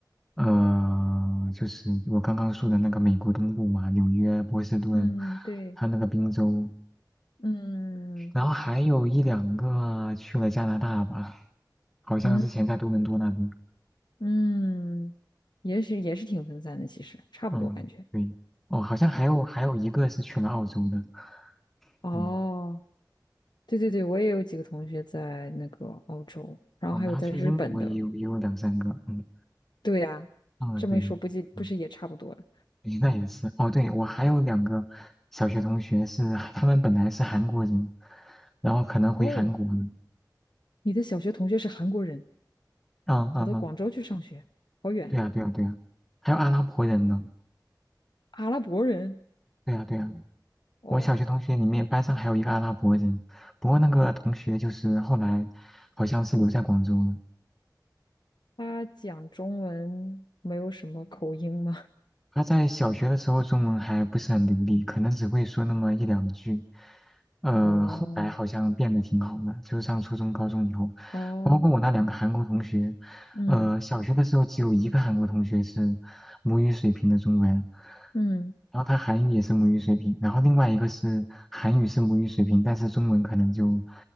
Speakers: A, in the centre; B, on the left.
A: 呃，就是我刚刚说的那个美国东部嘛，纽约、波士顿，
B: 嗯，对，
A: 还有那个滨州，
B: 嗯
A: 然后还有一两个去了加拿大吧，好像之前在多伦多那边。
B: 嗯嗯，也许也是挺分散的，其实差不多感觉。
A: 嗯，对。哦，好像还有还有一个是去了澳洲的。
B: 哦，
A: 嗯，
B: 对对对，我也有几个同学在那个澳洲，然后还有在日本的。
A: 哦，然后去英国也有也有两三个。嗯，
B: 对呀，
A: 啊，
B: 这么一说，
A: 对，
B: 不计不是也差不多了？
A: 嗯，诶，那也是。哦，对，我还有两个小学同学是他们本来是韩国人，然后可能回韩国了。
B: 哦，你的小学同学是韩国人。
A: 嗯嗯嗯，
B: 跑到广州去上学，好远。
A: 对啊对啊对啊，还有阿拉伯人呢。
B: 阿拉伯人
A: 对啊对啊。
B: 哦，
A: 我小学同学里面班上还有一个阿拉伯人，不过那个同学就是后来好像是留在广州了。
B: 他讲中文没有什么口音吗？
A: 他在小学的时候中文还不是很流利，可能只会说那么一两句。
B: <laughs>
A: 呃，
B: 哦
A: 后来好像变得挺好的，就是上初中、高中以后，
B: 哦，
A: 包括我那两个韩国同学，
B: 嗯
A: 呃，小学的时候只有一个韩国同学是母语水平的中文，
B: 嗯
A: 然后他韩语也是母语水平，然后另外一个是韩语是母语水平，但是中文可能就